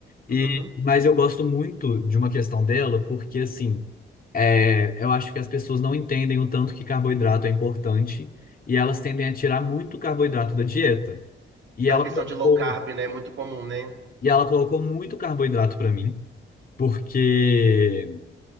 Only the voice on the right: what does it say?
Uhum.
Aquela
questão
de low carb, né? Muito comum, né?